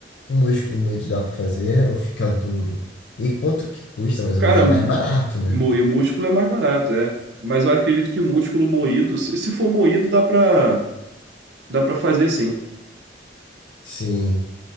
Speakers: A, on the left; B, on the right.
A: O músculo moído dá pra fazer ou fica duro? E quanto que custa mais
B: Cara,
A: ou menos? É mais barato, né?
B: moer músculo é mais barato, é. Mas eu acredito que músculo moído, se, se for moído, dá pra, dá pra fazer sim.
A: Sim.